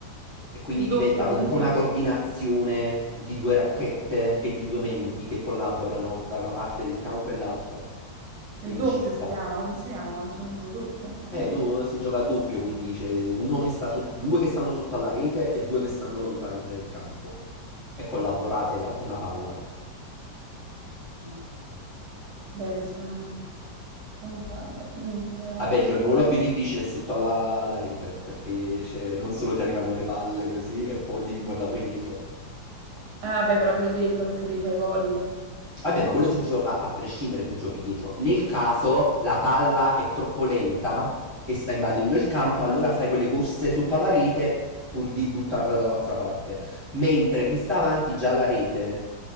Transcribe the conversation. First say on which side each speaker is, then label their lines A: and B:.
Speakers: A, on the right (about 20°); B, on the right (about 65°).
A: E quindi
B: il
A: diventa
B: doppio,
A: comunque
B: come si chiama?
A: una coordinazione di due racchette e di due menti che collaborano da una parte del campo e l'altra. Quindi
B: Il doppio
A: ci sta.
B: si chiama, come si chiama quando sono due? Doppio? Non
A: Eh,
B: mi ricordo.
A: du- si gioca a doppio, quindi c'è uno che sta sot- due che stanno sotto alla rete e due che stanno lontani nel campo. E collaborate la- una palla, eh.
B: Mm. Bello, secondo me. Comunque, vabbè, niente,
A: Ah, bello,
B: io...
A: il ruolo più difficile è sotto alla, alla rete, perché cioè, non solo ti arrivano le palle così, e poi devi guardare pure dietro.
B: Eh, beh, però pure dietro perché ti fai i voli.
A: Vabbè, ma quello si gioca a prescindere, tu giochi dietro. Nel caso la palla è troppo lenta e sta invadendo il campo, allora fai quelle corse sotto alla rete pur di buttarla dall'altra parte. Mentre chi sta avanti già alla rete